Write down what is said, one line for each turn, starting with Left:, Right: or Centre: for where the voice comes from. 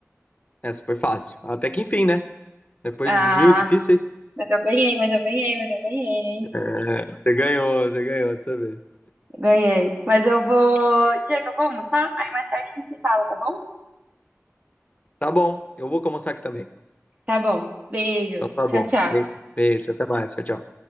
Left: Essa foi fácil. Até que enfim, né? Depois
Right: Ah,
Left: de mil difíceis,
Right: Mas eu ganhei, mas eu ganhei, mas eu ganhei, hein?
Left: é, você ganhou, você ganhou dessa vez.
Right: ganhei. Mas eu vou. Diego, vamos, tá? Aí mais tarde a gente se fala, tá bom?
Left: Tá bom, eu vou almoçar aqui também.
Right: Tá bom. Beijo.
Left: Então tá
Right: Tchau,
Left: bom.
Right: tchau.
Left: Beijo, até mais. Tchau, tchau.